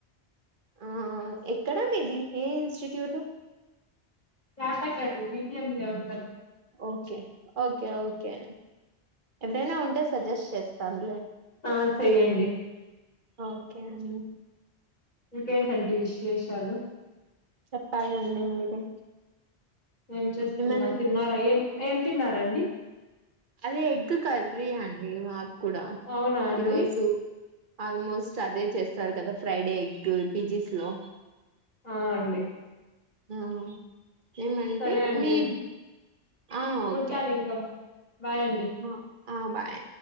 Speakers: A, on the right (about 50°); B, on the left (about 40°).
A: ఆ ఎక్కడ ఇది ఏ ఇన్ స్టిట్యూట్
B: చాప <unintelligible> బిపి ఎం లేవ్
A: ఓకే ఓకే ఓకే ఎవరైనా ఉంటే సజెస్ట్ చేస్తాను
B: ఆ చెయ్యండి
A: ఓకే అన్ని
B: ఇంకేంటండి విశేషాలు
A: చెప్పాలండి మీరే
B: ఏం చేస్తున్న
A: ఏమన్నా
B: తిన్నారా ఏం ఏం తిన్నారాండి
A: అదే ఎగ్ కర్రీ అండి మా కూడా
B: అవునా అండి
A: ఈరోజు ఆల్మోస్ ట్ అదే చేస్తారు కదా ఫ్రైడ్ ఎగ్ పిజీస్ లో
B: ఆ అండి
A: ఆ ఏమంటే
B: సరే అండి
A: మీర్ ఆ ఓకే
B: ఉంటాను ఇంకా బాయ్ అండి
A: ఆ ఆ బాయ్